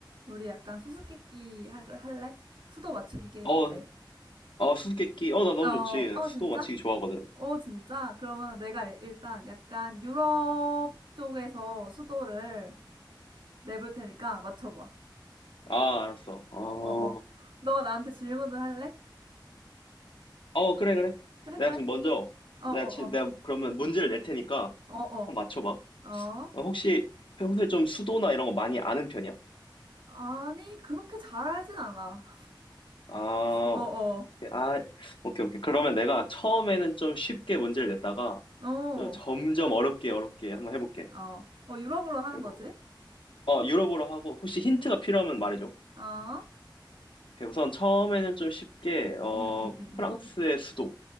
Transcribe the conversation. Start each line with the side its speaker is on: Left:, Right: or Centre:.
Right: 우리 약간 수수께끼 할- 할래? 수도 맞추기 게임
Left: 어,
Right: 어때?
Left: 어, 수수께끼. 어, 나 너무
Right: 어,
Left: 좋지. 나
Right: 어,
Left: 수도
Right: 진짜?
Left: 맞히기 좋아하거든.
Right: 어, 진짜? 그러면 내가 일- 일단 약간 유럽 쪽에서 수도를 내볼 테니까 맞춰봐.
Left: 아, 알았어. 어,
Right: 어, 어, 어. 너가 나한테 질문을 할래?
Left: 어, 그래, 그래.
Right: 그래,
Left: 내가
Right: 그래.
Left: 지금 먼저,
Right: 어,
Left: 내가,
Right: 어,
Left: 지,
Right: 어.
Left: 내가 그러면 문제를 낼 테니까
Right: 어, 어.
Left: 한번 맞춰봐.
Right: 어?
Left: 어, 혹시 평소에 좀 수도나 이런 거 많이 아는 편이야?
Right: 아니, 그렇게 잘 알진 않아.
Left: 아,
Right: <laughs> 어, 어.
Left: 아, 오케이, 오케이. 그러면 내가 처음에는 좀 쉽게 문제를 냈다가
Right: 어,
Left: 좀 점점 어렵게, 어렵게 한번 해볼게.
Right: 어. 어, 유럽으로 하는
Left: 그리고,
Right: 거지?
Left: 어, 유럽어로 하고, 혹시 힌트가 필요하면 말해줘.
Right: 어?
Left: 오케이, 우선 처음에는 좀 쉽게, 어,
Right: 음, 음, 음, 음.
Left: 프랑스의 수도.